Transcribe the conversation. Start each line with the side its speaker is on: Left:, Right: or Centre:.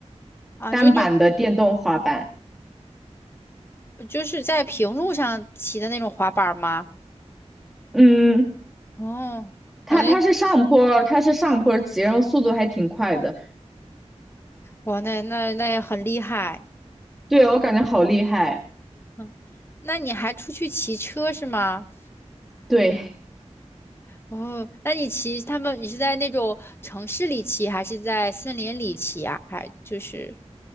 Left: 啊，
Centre: 单板的电动滑板。
Left: 就那种就是在平路上骑的那种滑板吗？
Centre: 嗯，
Left: 哦，
Centre: 他他是上坡儿他是上坡儿骑，
Left: 反正
Centre: 然后速度还挺快的。
Left: 哇，那那那也很厉害。
Centre: 对，我感觉好厉害。
Left: 嗯，那你还出去骑车是吗？
Centre: 对，
Left: 哦，那你骑他们，你是在那种城市里骑，还是在森林里骑啊？还就是